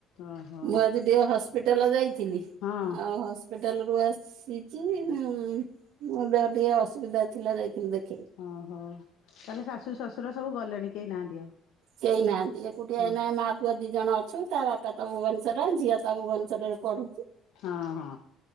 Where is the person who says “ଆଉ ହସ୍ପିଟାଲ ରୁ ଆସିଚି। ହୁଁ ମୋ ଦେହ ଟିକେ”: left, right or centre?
Right